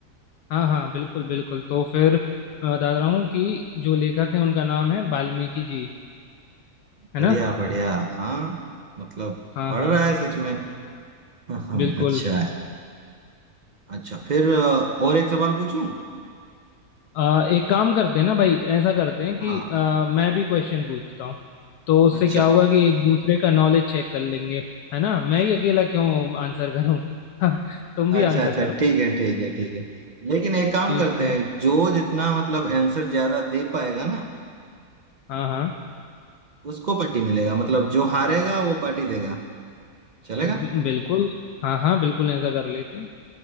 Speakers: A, on the left; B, on the right.
A: हाँ हाँ बिल्कुल बिल्कुल तो फिर मैं बता रहा हूँ कि जो लेखक है उनका नाम है वाल्मीकि जी है
B: बढ़िया
A: ना
B: बढ़िया हाँ मतलब
A: हाँ
B: पढ़
A: हाँ
B: रहा है सच में हाँ
A: बिल्कुल
B: अच्छा है अच्छा फिर अ, और एक सवाल पूछूं
A: आ, एक काम करते हैं ना भाई ऐसा करते हैं कि
B: हाँ
A: आ, मैं भी क्वेश्चन पूछता हूँ तो उससे
B: अच्छा
A: क्या होगा कि एक दूसरे का नॉलेज चेक कर लेंगे है ना मैं ही अकेला क्यों आंसर करूँ <laughs> तुम भी
B: अच्छा
A: आंसर
B: अच्छा
A: करो
B: ठीक है ठीक है ठीक है लेकिन एक काम
A: ठीक
B: करते
A: है
B: हैं जो जितना मतलब आंसर ज्यादा दे पाएगा ना
A: हाँ हाँ
B: उसको पार्टी मिलेगा मतलब जो हारेगा वो पार्टी देगा चलेगा
A: ब- बिल्कुल हाँ हाँ बिल्कुल ऐसा कर लेते हैं